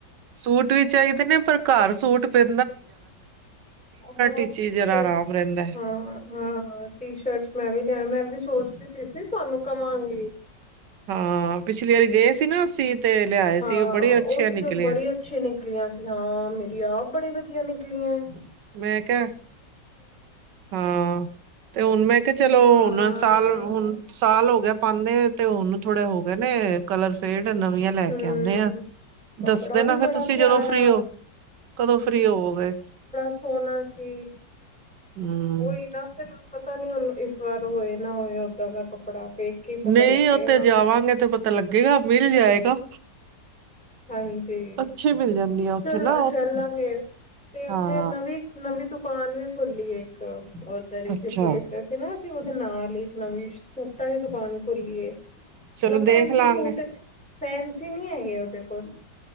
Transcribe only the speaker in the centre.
ਹਾਂ
ਟੀ-
ਸ਼ਰਟ
ਹਾਂ ਹਾਂ ਟੀ- ਸ਼ਰਟਸ ਮੈਂ ਵੀ ਲਿਆ ਮੈਂ ਵੀ ਸੋਚ ਪੀ ਸੀ ਤੁਹਾਨੂੰ ਕਵਾਂਗੀ
ਹਾਂ,
ਉੱਥੇ
ਬੜੀ ਅੱਛੀ ਨਿਕਲੀਆਂ ਸੀ ਹਾਂ ਮੇਰੀ ਆਪ ਬੜੀ ਵਧੀਆ ਨਿਕ ਪੁੱਕਲੀਆਂ
ਹਾਂ
ਹਮ
ਕੱਪੜਾ
ਵੀ
ਬੜਾ
ਪਿਆਰਾ
ਸੋਨਾ ਸੀ।
ਉਹੀ ਨਾ ਫਿਰ ਪਤਾ ਨੀ ਹੁਣ ਇਸ ਵਾਰ ਹੋਏ ਨਾ ਹੋਏ, ਓਦਾਂ ਦਾ ਕੱਪੜਾ। ਵੇਖ ਕੇ ਪਤਾ
ਲੱਗੇਗਾ
ਹਾਂਜੀ,
ਚਲ
ਚੱਲਾਂਗੇ ਤੇ ਉੱਥੇ
ਨਵੀਂ- ਨਵੀਂ ਦੁ ਦੁਕਾਨ ਵੀ ਖੁੱਲ੍ਹੀ ਹੈ ਇੱਕ ਓਧਰੀ
ਜਿੱਥੋਂ ਲਿਤੇ ਸੀ ਨਾ ਉਹਦੇ ਨਾਲ ਹੀ ਇੱਕ ਨਵੀਂ ਸੂਟਾਂ ਦੀ ਦੁਕਾਨ ਖੁੱਲ੍ਹੀ ਏ ਮਤਲਬ
ਫੈਂਨਸੀ
ਸੂਟ ਫੈਨਸੀ ਨੀ ਹੈਗੇ ਉਹਦੇ ਕੋੱਲ